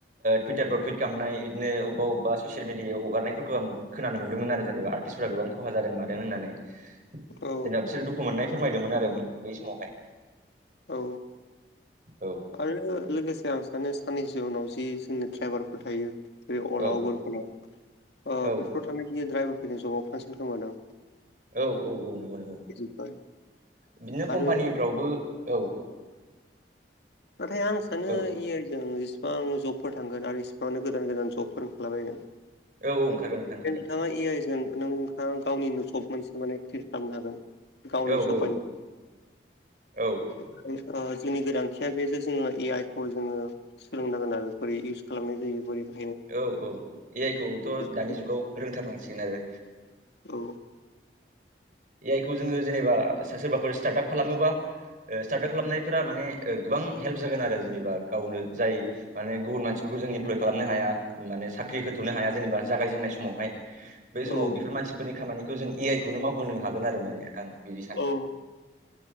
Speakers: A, on the right (about 45°); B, on the left (about 70°).
A: टुइटारफ्राव टुइट खालामनाय बिदिनो अबेबा अबा ससियेल मिडिआव हगारनायफोरखौ आं खोनानो मोनदोंमोन आरो जेनेब गोबां खहा जादों मादों होननानै जेनेबा
B: औ
A: बिसोरो दुखु मोननाय फोरमायदोंमोन आरो बै समावहाय
B: औ
A: औ
B: आरो लोगोसे आं सानो साननिस जिउनाव जि जोंनि दड्राइभारफोर थायो जेरै अला
A: औ
B: उबारफोराव बेफोराव
A: औ
B: थानायांनाय द्राइभारफोरनि जबाब थांसिन खोमादों
A: औ औ औ नंगौ नंगौ
B: जोब्बाय
A: बिदिनो
B: आरो
A: कम्पानिफ्रावबो औ
B: नाथाय आं सानो
A: औ
B: इ ज इसिबां जबफोर थांगोन आरो इसिबांनो गोदान गोदान जबफोर खालामलाबायगोन
A: औ ओंखारगोन नोंथां ओंखारगोन
B: बे नोंथाङा ए आइ जों नोंथाङा गावनि नुसब मोनसे माने क्रिल खालामनो हागोन। गनपन
A: औ औ औ
B: जोंनि गोनांथिया बेसो जोङो ए आइ खौ जोङो सोलोंनांगोन आरो बोरै इउस खालामनाय जायो बोरैबा
A: औ औ ए आइ खौथ' दानि
B: <unintelligible>
A: जुगाव रोंथारनांसिगोन आरो।
B: गाव
A: ए आइ खौ जोङो जेनेबा सोरबाफोर स्टार्ट आप खालामोबा स्टार्ट आप खालामनायफोरा माने गोबां हेल्प जागोन आरो जेनेबा गावनो जाय माने गुबुन मानसिफोरखौ जों इमप्लय खालामनो हाया माने साख्रि होथ'नो हाया जेनेबा जागायजेननाय समावहाय बे
B: औ
A: समाव बेफोर मानसिफोरनि खामानिखौ जों ए आइ खौनो मावहोनो हागोन आरो माने आं बिदि सानो
B: औ